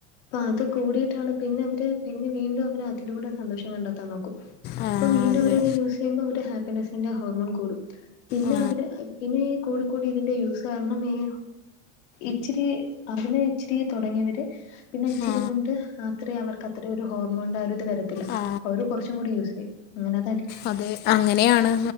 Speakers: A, on the left; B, on the left.
A: അത് കൂടിയിട്ടാണ് പിന്നെ അവര് പിന്നെ വീണ്ടും അവര് അതിലൂടെ സന്തോഷം കണ്ടെത്താൻ നോക്കും
B: ആ,
A: അപ്പൊ വീണ്ടും
B: അതെ
A: അവരത് യൂസയ്യുമ്പോ അവരുടെ ഹാപ്പിനെസിന്റെ ഹോർമോൺ കൂടും പിന്നെ
B: ആ,
A: അവര് പിന്നെ ഈ കുടു കൂടി ഇതിന്റെ യൂസ് കാരണം ഈ ഇച്ചിരി അതിനെ ഇച്ചിരി തുടങ്ങിയവര് പിന്നെ ഇച്ചിരി
B: ആ,
A: കൊണ്ട് അത്രേ അവർക്ക് അത്ര ഒരു ഹോർമോൺന്റെ ആ ഒരു ഇത് വരത്തില്ല
B: ആ.
A: കുറച്ചും കൂടി യൂസ് ചെയ്യും അങ്ങെനത-
B: അതെ അങ്ങനെയാണ്